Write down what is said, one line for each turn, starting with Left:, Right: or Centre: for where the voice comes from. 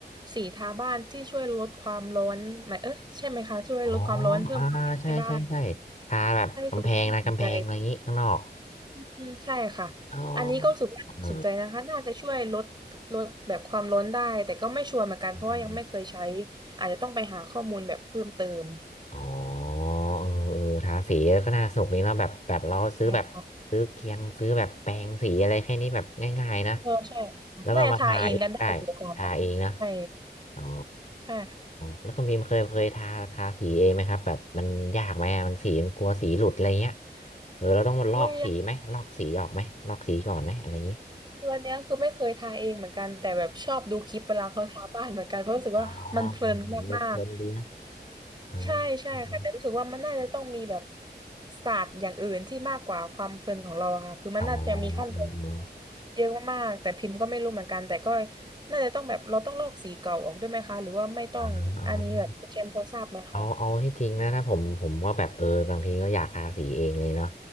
Right: สีทาบ้านที่ช่วยลดความร้อนหมายเออใช่ไหมคะช่วยลดความร้อนเพิ่มความเย็นให้บ้าน
Left: อ๋ออ่าใช่ใช่ใช่ทาแบบกำแพงนะกำแพงอะไรอย่างงี้ข้างนอก
Right: น่ารู้สึกว่าน่าสนใจ อืมใช่ค่ะ
Left: อ๋อ
Right: อันนี้ก็รู้สึกว่าน่าสนใจนะคะน่าจะช่วยลดลดแบบความร้อนได้แต่ก็ไม่ชัวร์เหมือนกันเพราะว่ายังไม่เคยใช้
Left: เอออืมอืมอม
Right: อาจจะต้องไปหาข้อมูลแบบเพิ่มเติม
Left: อ๋อเออเออทาสีก็น่าสนุกนี้เนาะแบบแบบเราซื้อแบบซื้อเคียงซื้อแบบแปรงสีอะไรแค่นี้แบบง่ายๆนะ
Right: ใช่ค่ะเออใช่
Left: แล้วก็มาทาเองได้ทาเองนะ
Right: น่าจะทาเองกันได้อยู่ค่ะใช่
Left: อ๋อ
Right: ใช่
Left: แล้วคุณพิมพ์เคยเคยทาทาสีเองไหมครับแบบมันยากไหมอะมันสีมันกลัวสีหลุดอะไรเงี้ยเออเราต้องมาลอกสีไหมลอกสีออกไหมลอกสีก่อนไหมอะไรอย่างงี้
Right: วิวยงตัวเนี้ยคือไม่เคยทาเองเหมือนกันแต่แบบชอบดูคลิปเวลาเขาทาบ้านเหมือนกันเพราะรู้สึกว่ามันเพลินมาก
Left: อ๋อเออเพลินดีนะเออ
Right: ใช่ใช่ค่ะแต่รู้สึกว่ามันน่าจะต้องมีแบบ
Left: เออเออ
Right: ศาสตร์อย่างอื่นที่มากกว่าความเพลินของเราอะค่ะคือมันน่าจะมีขั้นตอน
Left: อ๋อเออเออ
Right: เยอะมากๆแต่พิมพ์ก็ไม่รู้เหมือนกันแต่ก็น่าจะต้องแบบเราต้องลอกสีเก่าออกด้วยไหมคะหรือว่าไม่ต้องอันนี้แบบคุณเชมป์พอทราบไหมคะ
Left: อาอ๋อเอาเอาที่จริงนะถ้าผมผมว่าแบบเออบางทีก็อยากทาสีเองเลยเนาะ